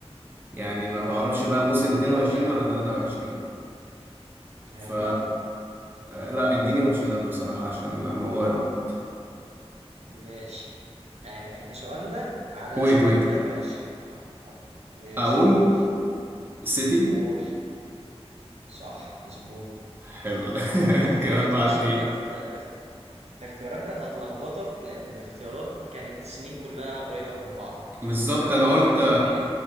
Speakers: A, on the right; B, on the right.
A: يعني ما
B: اه
A: بعرفش بقى موسم
B: هي
A: اتنين
B: كده
A: وعشرين
B: فعلا
A: ولا تلاتة وعشرين،
B: هي
A: ف
B: اتلخبط
A: آه، لا اديني اوبشنات بصراحة عشان الموضوع يلخبط
B: ماشي آه احنا سؤالنا على
A: ويت
B: سنة
A: ويت
B: 23 آه، ماشي
A: اقول
B: قول
A: سيتي
B: قول صح مظبوط
A: حلو ده
B: الاختيارات
A: <laughs> كده أربعة
B: اصلا
A: اتنين
B: كانت الاخت- الاختيارات كانت هتلخبطك لان الاختيارات كانت السنين كلها قريبة من بعض يعني
A: بالظبط
B: اختيارات
A: انا
B: كانت
A: قلت
B: بايرن ميونخ